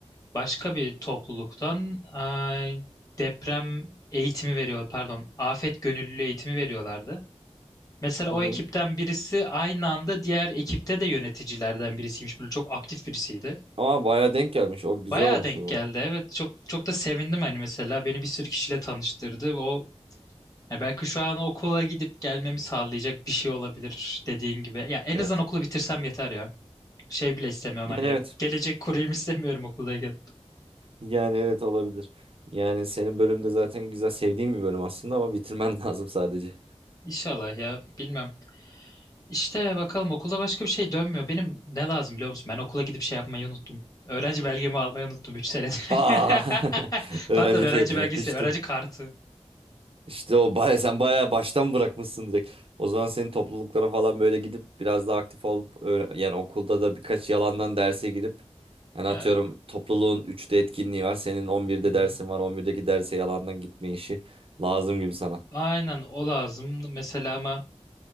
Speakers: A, on the left; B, on the right.
A: başka bir topluluktan eee, deprem eğitimi veriyor, pardon, afet gönüllülüğü eğitimi veriyorlardı. Mesela
B: Hı
A: o
B: hı.
A: ekipten birisi aynı anda diğer ekipte de yöneticilerden birisiymiş. Böyle çok aktif birisiydi.
B: Aa bayağı denk gelmiş. O güzel
A: Bayağı
B: olmuş
A: denk
B: o zaman.
A: geldi. Evet çok çok da sevindim hani mesela beni bir sürü kişiyle tanıştırdı ve o yani belki şu an okula gidip gelmemi sağlayacak bir şey olabilir dediğin gibi. Ya en
B: Evet.
A: azından okulu bitirsem yeter ya. Şey bile istemiyorum
B: Yani
A: hani
B: evet.
A: gelecek kurayım istemiyorum okuldayken.
B: Yani evet olabilir. Yani senin bölümde zaten güzel sevdiğim bir bölüm aslında ama bitirmen <laughs> lazım sadece.
A: İnşallah ya bilmem. İşte bakalım okulda başka bir şey dönmüyor. Benim ne lazım biliyor musun? Ben okula gidip şey yapmayı unuttum. Öğrenci belgemi almayı unuttum 3 senedir.
B: Aa. <laughs>
A: <laughs>
B: Öğrenci
A: Pardon öğrenci
B: şey
A: belgesi,
B: işte
A: öğrenci kartı.
B: İşte o baya, <laughs> sen bayağı baştan bırakmışsın direkt. O zaman senin topluluklara falan böyle gidip biraz daha aktif olup öğre- yani okulda da birkaç yalandan derse gidip yani
A: Ya,
B: atıyorum topluluğun üçte etkinliği var. Senin on birde
A: hı hı.
B: dersin var. on birdeki derse yalandan gitme işi lazım gibi sana.
A: Aynen o lazım mesela ama